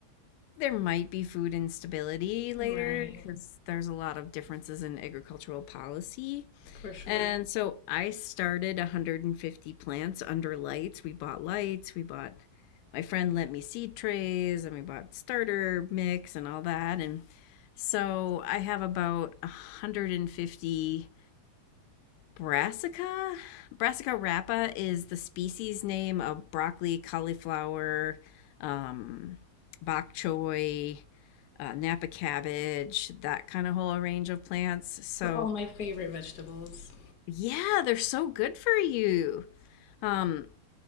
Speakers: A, on the left; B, on the left.
A: there might be food instability later
B: Right,
A: because there's a lot of differences in agricultural policy.
B: for sure.
A: And so I started 150 plants under lights. We bought lights, we bought my friend lent me seed trays, and we bought starter mix and all that. And so I have about 150 Brassica? Brassica rapa is the species name of broccoli, cauliflower, um, bok choy, uh, Napa cabbage, that kind of whole range of plants. So,
B: So all my favorite vegetables.
A: yeah, they're so good for you. Um,